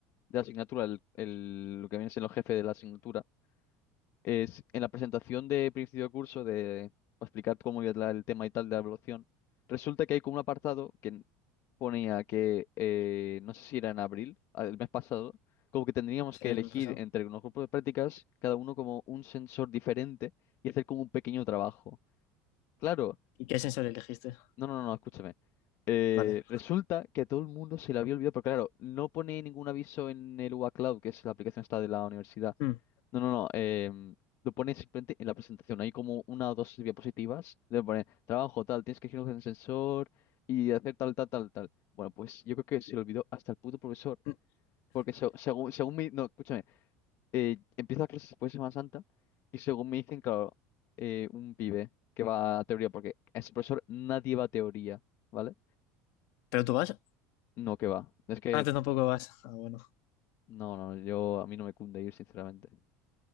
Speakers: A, on the left; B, on the left.
A: de la asignatura, el, el- lo que viene siendo el jefe de la asignatura, es en la presentación de principio de curso de para explicar cómo iba la- el tema y tal de la evaluación, resulta que hay como un apartado que ponía que, eh, no sé si era en abril, a- el mes pasado, como que tendríamos
B: si
A: que
B: es
A: elegir
B: el pasado.
A: entre unos grupos de prácticas, cada uno como un sensor diferente y hacer como un pequeño trabajo. Claro,
B: ¿Y qué sensor elegiste?
A: no, no, no, no, escúchame. Eh,
B: Vale.
A: resulta que todo el mundo se le había olvidado, pero claro, no pone ningún aviso en el UA Cloud, que es la aplicación esta de la universidad.
B: Mm.
A: No, no, no, em, lo pone simplemente en la presentación. Hay como una o dos diapositivas, le pone trabajo tal, tienes que elegir un sensor y hacer tal, tal, tal, tal. Bueno, pues yo creo que se le olvidó hasta el puto profesor
B: <laughs>
A: Porque se- según, según mi... No, escúchame. Eh, empieza clases después de Semana Santa y según me dicen, claro, eh, un pibe que va a teoría, porque ese profesor nadie va a teoría, ¿vale?
B: ¿Pero tú vas?
A: No, que va. Es que...
B: Ah, tú tampoco vas. Ah, bueno.
A: No, no, yo a mí no me cunde ir, sinceramente.